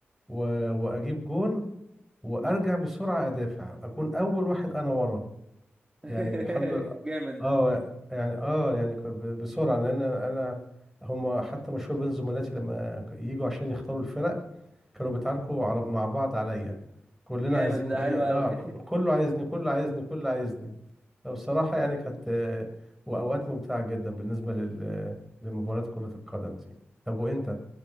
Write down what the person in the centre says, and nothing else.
و... واجيب جون وارجع
بسرعة ادافع اكون اول واحد انا ورا
يعني الحمد لله
اه
يعني اه يعني ك- ب- بسرعة لان انا هما حتى مشهور بين زملاتي لما ك- يجوا عشان يختاروا الفرق كانوا بيتعاركوا على مع بعض عليا كلنا
عايزين
ايه
اه
ك- كله عايزني كله عايزني كله عايزني فبصراحة يعني كانت آه، وأوقات ممتعة جدا بالنسبة لل لمباراة كرة القدم دي طب وأنت